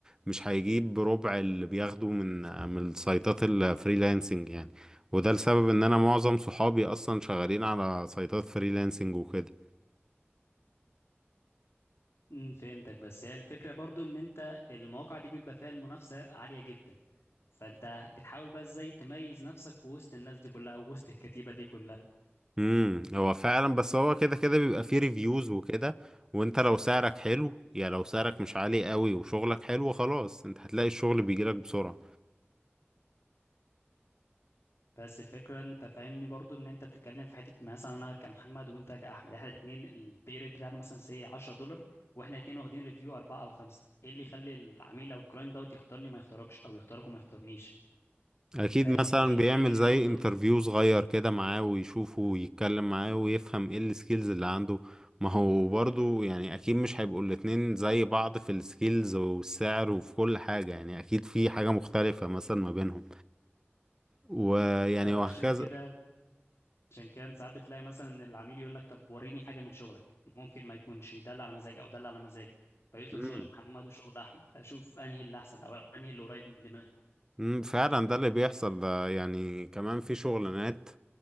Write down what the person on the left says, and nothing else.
امم، فهمتك بس هي الفكرة برضو ان انت المواقع دي بيبقى فيها المنافسة عالية جدا فانت بتحاول بقى ازاي تميز نفسك في وسط الناس دي كلها ووسط الكتيبة دي كلها
بس الفكرة انت فاهمني برضو ان انت بتتكلم في حتة مثلا انا كمحمد وانت كأحمد احنا الاثنين البي ريت بتاعنا مثلا سي 10 دولار واحنا الاثنين واخدين ريفيو أربعة او خمسة ايه اللي يخلي العميل او الكلاينت دوت يختارني ما يختاركش او يختارك وما يختارنيش
فهي
الفكرة
ان انت
برضو
فعشان
كده عشان كده انت ساعات بتلاقي مثلا ان العميل يقول لك طب وريني حاجة من شغلك ممكن ما يكونش ده اللي على مزاجي او ده اللي على مزاجي فيطلب
شغل محمد وشغل احمد اشوف انهي اللي احسن او انهي اللي قريب من دماغي